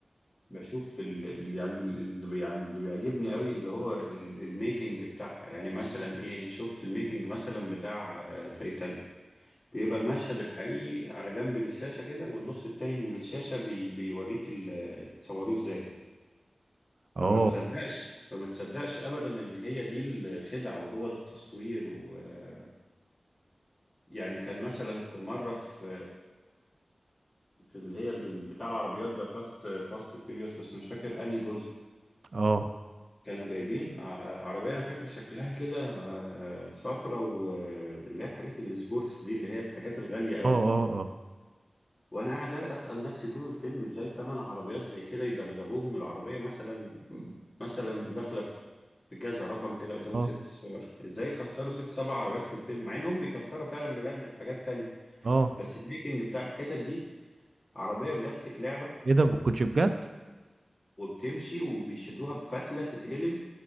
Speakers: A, on the left (about 20°); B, on the right (about 65°).
A: بشوف ال- ال- يعني ال- اللي يعني اللي بيعجبني قوي اللي هو ال- الميكنج بتاعها يعني مثلا ايه شفت الميكنج مثلا بتاع آه، تايتانيك بيبقى المشهد الحقيقي على جنب الشاشة كده والنص التاني من الشاشة بي بيوريك ال- اتصوروه ازاي
B: اه
A: فما تصدقش فما تصدقش ابدا ان هي دي الخدع وهو ده التصوير و آه، يعني كان مثلا في مرة في في اللي هي ال- بتاع العربيات ده فاست فاست فيريوس بس مش فاكر انهي جزء
B: اه
A: كانوا جايبين ع- عربية أنا فاكر شكلها كده آه، صفرة واللي هي الحاجات اللي سبورتس دي اللي هي الحاجات الغالية قوي
B: اه اه اه
A: وأنا قاعد أسأل نفسي طول الفيلم إزاي تمن عربيات زي كده يدغدغوهم العربية مثلا مثلا داخلة في في كذا رقم كده قدامه
B: اه
A: ست صور إزاي يكسروا ست سبع عربيات في الفيلم مع إنهم بيكسروا فعلا بجد في حاجات تانية
B: اه
A: بس الميكنج بتاع الحتت دي عربية بلاستيك لعبة
B: ايه ده ما بتكونش بجد
A: وبتمشي وبيشدوها بفتلة تتقلب